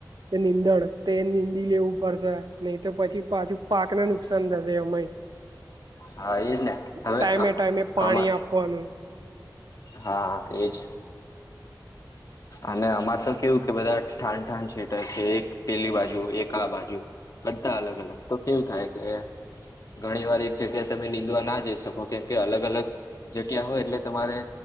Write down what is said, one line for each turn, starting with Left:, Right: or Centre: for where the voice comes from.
Right: કે નીંદણ તે નિનીંદી લેવું પડશે નહી તો પછી પાછું પાકને નુકસાન થશે અમાંય
Left: હા એ જ ને હવે
Right: ટાઈમે ટાઈમે પાણી
Left: આમા
Right: આપવાનું
Left: હા એજ અને અમાર તો કેવું કે બધા ઠાણઠાણ સેટર છે એક પેલી બાજુ એક આ બાજુ બધા અલગ અલગ તો કેવું થાય કે ઘણી વાર એક જગ્યાએ તમે નિનીંદવા ના જઈ શકો કેમ કે અલગ અલગ જગ્યા હોય એટલે તમારે